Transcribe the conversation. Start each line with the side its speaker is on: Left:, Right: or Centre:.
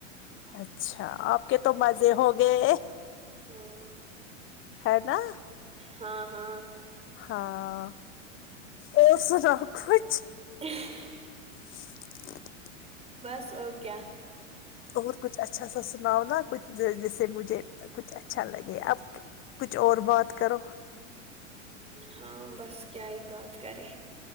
Left: اچھا آپ کے تو مزے ہو گئے
Right: ہاں
Left: ہے نا
Right: ہاں ہاں
Left: ہاں اور سب کچھ
Right: جش
Left: <inaudible>
Right: بس اور کیا
Left: اور کچھ اچھا سا سناؤ نا کچھ جیسے مجھے کچھ اچھا لگے اب کچھ اور بات کرو
Right: ہاں بس کیا ہی بات کریں